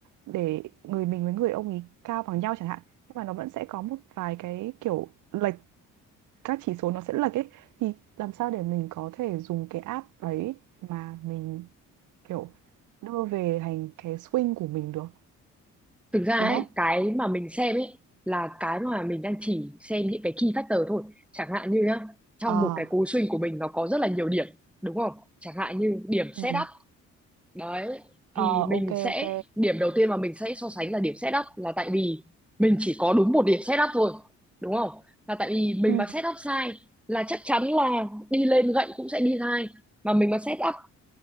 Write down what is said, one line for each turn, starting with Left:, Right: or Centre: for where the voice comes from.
Right: để người mình với người ông ấy cao bằng nhau chẳng hạn, nhưng mà nó vẫn sẽ có một vài cái kiểu lệch các chỉ số nó sẽ lệch ấy thì làm sao để mình có thể dùng cái app đấy mà mình kiểu đưa về thành cái swing của mình được
Centre: thực ra ấy,
Right: đúng không?
Centre: cái mà mình xem ấy là cái mà mình đang chỉ xem những cái key factor thôi chẳng hạn như nhá trong
Right: à
Centre: một cái cú swing của mình nó có rất là nhiều điểm đúng không chẳng hạn như điểm setup
Right: Ừ.
Centre: đấy
Right: Ờ
Centre: thì mình
Right: ok
Centre: sẽ
Right: ok.
Centre: điểm đầu tiên mà mình sẽ so sánh là điểm setup là tại vì mình chỉ có đúng một điểm setup thôi đúng không là tại vì mình
Right: ừ
Centre: mà setup sai là chắc chắn là đi lên gậy cũng sẽ đi sai mà mình mà set up